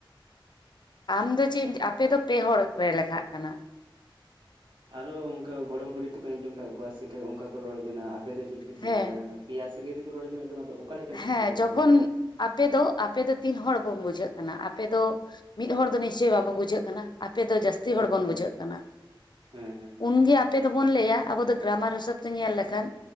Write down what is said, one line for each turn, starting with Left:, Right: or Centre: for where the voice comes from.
Left: ᱟᱢ ᱫᱚ ᱪᱮᱫ ᱮᱢ? ᱟᱯᱮ ᱫᱚ ᱯᱮ ᱦᱚᱲ ᱯᱮ ᱞᱮᱠᱷᱟᱜ ᱠᱟᱱᱟ᱾
Right: ᱟᱨᱫ ᱜᱚᱝᱠᱮ ᱜᱚᱲᱚᱢ ᱵᱩᱲᱦᱤ ᱛᱮᱠᱚ ᱟᱸᱡᱚᱢ ᱠᱟᱫ ᱠᱚᱣᱟ, ᱥᱮᱠᱟᱹ ᱚᱱᱠᱟ ᱠᱚ ᱨᱚᱲᱮᱜ ᱠᱟᱱᱟ, ᱟᱯᱮ ᱫᱚ ᱪᱮᱫ ᱯᱮ ᱪᱤᱠᱟᱹᱭᱮᱫᱟ
Left: ᱦᱮᱸ
Right: ᱱᱟ? ᱱᱚᱣᱟ ᱯᱮᱭᱟ ᱥᱟ ᱥᱟᱹᱜᱟᱭ ᱛᱮᱠᱚ ᱨᱚᱲ ᱡᱚᱱᱟᱜ ᱫᱚ ᱱᱚᱣᱟ ᱫᱚ ᱚᱠᱟ ᱞᱮᱠᱟᱱ ᱦᱚᱲ
Left: ᱦᱮᱸ
Right: ᱠᱚ ᱨᱚᱲ
Left: ᱡᱚᱠᱷᱚᱱ
Right: ᱟᱠᱚ ᱜᱮᱭᱟ?
Left: ᱟᱯᱮ ᱫᱚ ᱟᱯᱮ ᱫᱚ ᱛᱤᱱ ᱦᱚᱲ ᱵᱚᱱ ᱵᱩᱡᱷᱟᱹᱜ ᱠᱟᱱᱟ ᱟᱯᱮ ᱫᱚ ᱢᱤᱫ ᱦᱚᱲ ᱫᱚ ᱱᱤᱥᱪᱳᱭ ᱵᱟᱵᱚ ᱵᱩᱡᱷᱟᱹᱜ ᱠᱟᱱᱟ᱾ ᱟᱯᱮ ᱫᱚ ᱡᱟᱹᱥ ᱛᱤ
Right: ᱵᱟ
Left: ᱦᱚᱲ
Right: ᱵᱟ
Left: ᱵᱚᱱ ᱵᱩᱡᱷᱟᱹᱜ
Right: ᱵᱟ ᱵᱟ
Left: ᱠᱟᱱᱟᱜ᱾
Right: ᱦᱮᱸ ᱦᱮᱸ ᱦᱮᱸ
Left: ᱩᱱᱜᱮ ᱟᱯ ᱟᱯᱮ ᱫᱚᱵᱚᱱ ᱞᱟᱹᱭᱟ ᱟᱵᱚ ᱫᱚ ᱜᱨᱟᱢᱟᱨ ᱦᱤᱥᱟᱹᱵ ᱛᱮ ᱧᱮᱞ ᱞᱮᱠᱷᱟᱱ